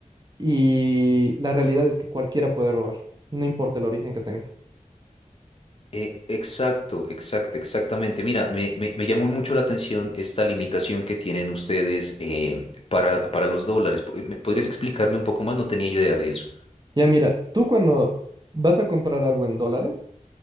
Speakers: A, on the right (about 30°); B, on the left (about 45°).
A: Y la realidad es que cualquiera puede robar, no importa el origen que tenga.
B: eh, exacto, exacto, exactamente. Mira, me, me- me llamó mucho la atención esta limitación que tienen ustedes eh, para, para los dólares. Po- ¿me ¿Podrías explicarme un poco más? No tenía idea de eso.
A: Ya mira, tú cuando vas a comprar algo en dólares,